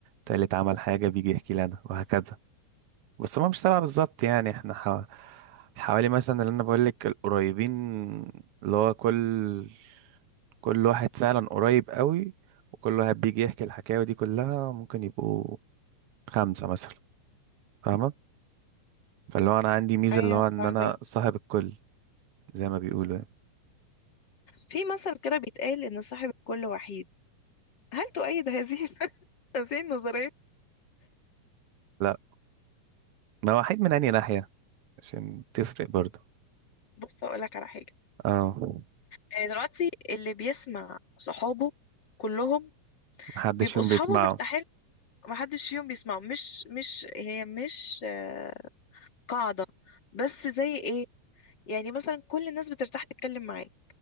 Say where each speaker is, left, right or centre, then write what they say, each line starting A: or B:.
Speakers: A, on the right; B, on the left.
A: تالت عمل حاجة بيجي يحكي لي انا وهكذا بس هما مش سبعة بالظبط يعني احنا حوا- حوالي مثلا اللي انا بقول لك القريبين اللي هو كل كل واحد فعلا قريب قوي وكل واحد بيجي يحكي الحكاوي دي كلها ممكن يبقوا خمسة مثلا فاهمة فاللي هو انا عندي ميزه
B: ايوه
A: اللي هو ان
B: فاهمة
A: انا صاحب الكل زي ما بيقولوا يعني
B: في مثل كده بيتقال ان صاحب الكل وحيد هل تؤيد هذه <laughs> هذه النظرية
A: لا انا وحيد من انهي ناحيه عشان تفرق برضه
B: بص اقول لك على حاجة
A: اه
B: يعني دلوقتي اللي بيسمع صحابه كلهم
A: محدش
B: بيبقوا
A: فيهم
B: صحابه
A: بيسمعه
B: مرتاحين محدش فيهم بيسمعه مش مش هي مش آه، قاعدة بس زي ايه يعني مثلا كل الناس بترتاح تتكلم معاك